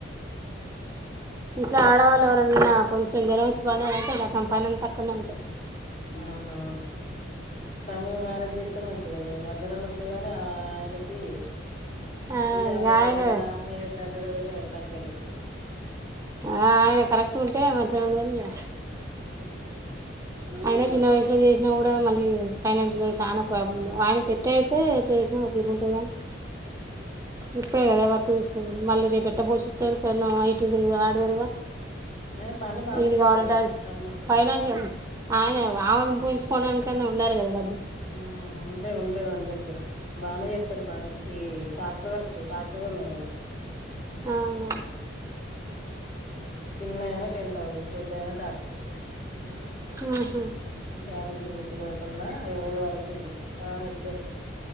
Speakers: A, on the right; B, on the left.
A: ఇంట్లో ఆడవాళ్ళు ఎవరన్నా కొంచెం దినం వచ్చి పడాలంటే కతం. పనంత తక్కవనే ఉంటుంది
B: అవునవును తమ్మి మ్యారేజ్ చేస్తే మంచిగా ఉండవు మధ్యలోనే వస్తాయిగాని ఆ ఆయనకి,
A: ఆ
B: ఈ అమ్మాయి
A: ఆయన
B: వద్దంటడు, ఆ అమ్మాయి వద్దంటడు ఎవతలి కనుక <unintelligible>
A: ఆ ఆయన కరెక్ట్ ఉంటే మంచి గ ఉండును గా.
B: ఓ <unintelligible>
A: అయిన చిన్న వయసులో చేసినా కూడా మళ్ళీ ఫైనాన్షియల్ ఆబ్ ఆయన సెట్ అయితే చేసినా. తరుగుంటే <unintelligible>
B: హ <inaudible>
A: ఇప్పుడే కదా వర్క్ చూసుకొనుడు మళ్ళీ రేపటి మిష్టర్ పెళ్ళాం ఐతున్నదిగా ఆడుదురుగా.
B: ఏ పని బానే
A: ఏం
B: చేత్తడు
A: కావాలంట అది
B: తమ్ముడు
A: ఫైనాన్షియల్. ఆయన ఆమెను పోషించుకోవడానికన్నా ఉండాలి కదా డబ్బు.
B: ఆ ఉంటాయ్ ఉంటాయ్ వాళ్ల దగ్గర. బాగానే చెప్తారు పని ఈ ట్రాక్టర్ వర్క్ ట్రాక్టర్ కొన్నారు అని.
A: అవునా.
B: చిన్నాయన టెన్త్ చదువు పెద్దాయన ట్రాక్టరు
A: మ్ హు.
B: చాల తిరిగి తిరగకుండా ఎవరి వాళ్ళకి ఇచ్చేసా ఆ ఇచ్చే.